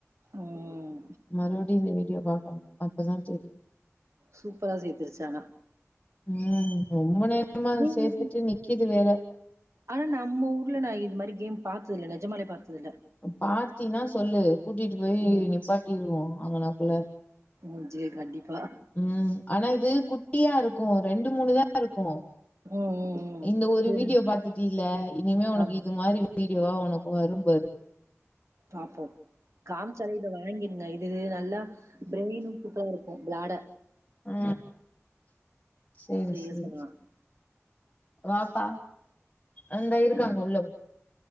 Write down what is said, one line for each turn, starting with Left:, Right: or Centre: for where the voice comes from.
Right: ம்.
Left: மறுபடியு இந்த வீடியோ பாக்கணு அப்பதா தெரியு
Right: சூப்பரா சேத்துருச்சு ஆனா
Left: ம் ரொம்ப நேரமா
Right: ம்.
Left: சேத்துட்டு நிக்குது வேற
Right: ஆனா நம்ம ஊர்ல நா இது மாரி கேம் பாத்ததுல்ல நெஜமாலே பாத்ததுல்ல
Left: பாத்தீனா சொல்லு கூட்டிட்டு போயி
Right: ம்.
Left: நிப்பாட்டிடுவோ அங்கனக்குள்ள
Right: ம் சேரி கண்டிப்பா
Left: ம் ஆனா இது குட்டியா இருக்கு ரெண்டு மூணு தா இருக்கு
Right: ம் ம் ம்
Left: இந்த ஒரு வீடியோ
Right: ம்.
Left: பாத்துட்டில்ல இனிமே உனக்கு
Right: ஆமா.
Left: இது மாரி வீடியோவா உனக்கு வரும்பாரு
Right: பாப்போ காம்ச்சால இத வாங்கிருங்க இது நல்லா பிரெயினு கூப்பளா இருக்கு விளாட
Left: ஆ சேரி
Right: செய்ய
Left: சேரி
Right: சொன்னா
Left: சேர் வாப்பா இந்தா இருக்காங்க உள்ள இரு